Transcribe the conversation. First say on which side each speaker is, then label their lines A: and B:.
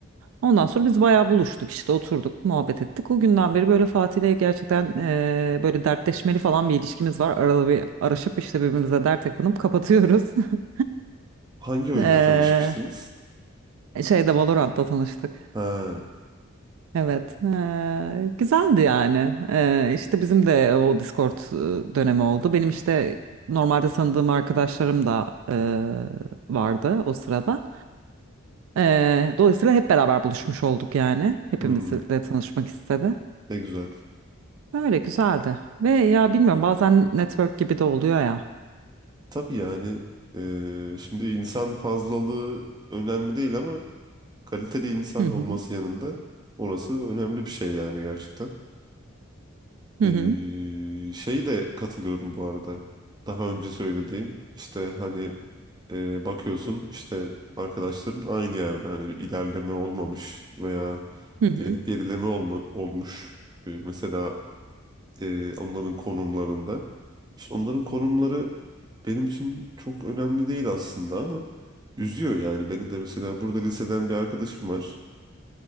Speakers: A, on the right; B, on the right.
A: Ondan sonra biz bayağı buluştuk işte oturduk muhabbet ettik. O günden beri böyle Fatih'le gerçekten e, böyle dertleşmeli falan bir ilişkimiz var. Aralı bir araşıp işte birbirimize dert takınıp kapatıyoruz. <laughs>
B: Hangi oyunda
A: E,
B: tanışmıştınız?
A: şeyde Valorant'ta tanıştık.
B: Ha.
A: Evet, eee, güzeldi yani. Eee işte bizim de o Discord e, dönemi oldu. Benim işte normalde tanıdığım arkadaşlarım da eee, vardı o sırada. Eee, dolayısıyla hep beraber buluşmuş olduk yani. Hepimizle
B: Hmm.
A: tanışmak istedi.
B: Ne güzel.
A: Böyle güzeldi. Ve ya bilmiyorum bazen network gibi de oluyor ya.
B: Tabii yani e, şimdi insan fazlalığı önemli değil ama kaliteli insan
A: Hı hı,
B: olması yanında orası önemli bir şey yani gerçekten.
A: hı
B: Ee,
A: hı,
B: şey de katılıyorum bu arada. Daha önce söylediğin işte hani e, bakıyorsun işte arkadaşların aynı yerde hani bir ilerleme olmamış veya
A: hı hı,
B: geri- gerileme olma, olmuş. Ee, mesela e, onların konumlarında. İşte onların konumları benim için çok önemli değil aslında ama üzüyor yani beni de mesela burada liseden bir arkadaşım var.